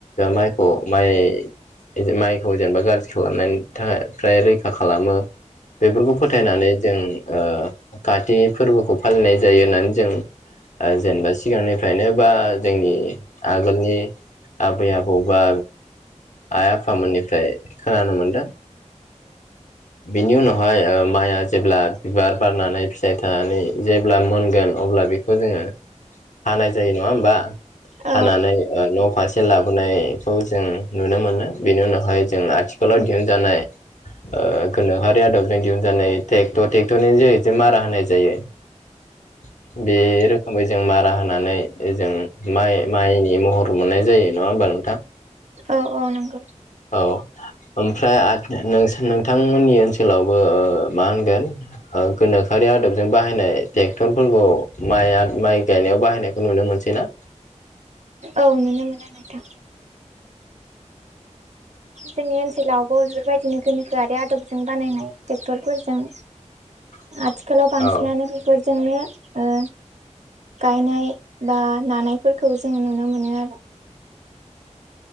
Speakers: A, on the left (about 75°); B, on the right (about 65°).
A: माइखौ माइ इदि माइखौ जेनेबा गाज्रि खालामनायनि थाखाय फ्राय रैखा खालामो। बेफोरखौ फोथायनानै जों ओ काति फोरबोखौ फालिनाय जायो होननानै जों ओ जेनेबा सिगांनिफ्रायनो बा जोंनि आगोलनि आबै आबौ बा आइ आफामोननिफ्राय खोनानो मोनदो। बिनि उनावहाय ओ माइआ जेब्ला बिबार बारनानै फिथाइ थायनानै जेब्ला मोनगोन अब्ला बे खौ जोङो हानाय जायो नङा होमबा?
B: औ
A: हानानै न' फारसे लाबोनायखौ जों नुनो मोनो बेनि उनावहाय जों आथिखालाव दिहुनजानाय। ओ गोनोखोआरि आदबजों दिहुनजानाय टेक्टर टेक्टरनि जोहैसो मारा होनाय जायो। <unintelligible> बे रोखोमै जों मारा होनानै जों माइ माइनि महर मोननाय जायो नङा होमबा नोंथां?
B: औ औ नंगौ
A: औ ओमफ्राय आथ नों नोंथांमोननि ओनसोलावबो ओ मा होनगोन? ओ गोनखोआरि आदबजों बाहायनाय टेक्टरफोरखौ माइ आ माइ गायनायाव बाहायनायखौ नुनो मोनसै ना?
B: औ नुनो मोनो नोंथां। जोंनि ओनसोलावबो बेफोरबायदिनो गोनोखोआरि आदबजों बानायनाय टेक्टरफोरजों
A: <inaudible>
B: आथिखालाव बांसिनानो
A: औ
B: बेफोरजोंनो ओ। गायनाय बा नानायफोरखौ जोङो नुनो मोनो आरो।